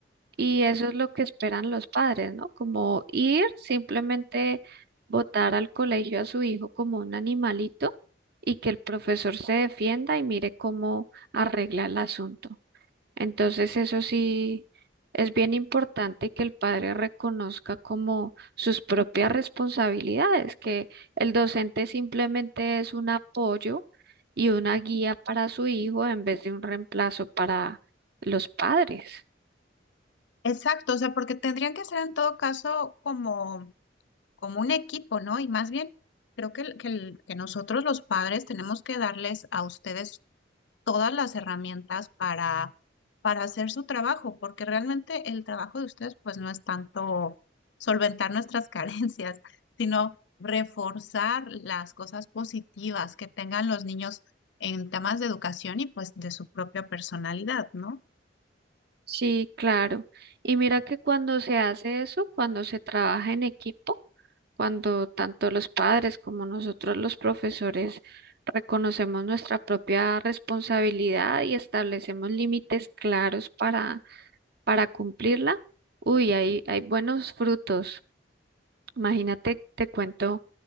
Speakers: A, on the right; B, on the left.
A: Y eso es lo que esperan los padres, ¿no? Como ir, simplemente botar al colegio a su hijo como un animalito y que el profesor se defienda y mire cómo arregla el asunto. Entonces, eso sí es bien importante que el padre reconozca como sus propias responsabilidades, que el docente simplemente es un apoyo y una guía para su hijo en vez de un reemplazo para los padres.
B: Exacto, o sea, porque tendrían que ser en todo caso como, como un equipo, ¿no? Y más bien, creo que, el- que el- que nosotros los padres tenemos que darles a ustedes todas las herramientas para, para hacer su trabajo, porque realmente el trabajo de ustedes pues no es tanto solventar nuestras <laughs> carencias, sino reforzar las cosas positivas que tengan los niños en temas de educación y pues de su propia personalidad, ¿no?
A: Sí, claro. Y mira que cuando se hace eso, cuando se trabaja en equipo, cuando tanto los padres como nosotros los profesores reconocemos nuestra propia responsabilidad y establecemos límites claros para, para cumplirla, uy, hay, hay buenos frutos. Imagínate, te cuento